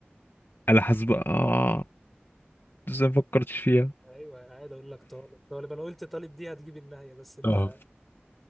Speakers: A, on the left; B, in the centre.
A: انا حاسب اه لسه ما فكرتش فيها
B: ايوه عادي اقول لك طالب طالب انا قلت طالب دي هتجيب النهايه بس انت
A: طب